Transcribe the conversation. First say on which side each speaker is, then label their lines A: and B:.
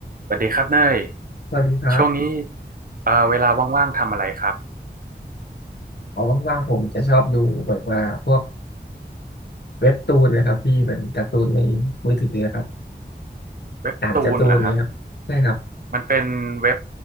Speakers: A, on the right (about 55°); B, on the left (about 65°).
A: สวัสดีครับเนย
B: สวัสดีครับ
A: ช่วงนี้เอ่อเวลาว่างๆทำอะไรครับ
B: พอว่างๆผมจะชอบดูแบบว่าพวกเว็บตูนนะครับที่เหมือนการ์ตูนในมือถือนะครับ
A: เว็บตูนเหรอครับ
B: อ่านการ์ตูนเนี่ครับใช่ครับ
A: มันเป็นเว็บ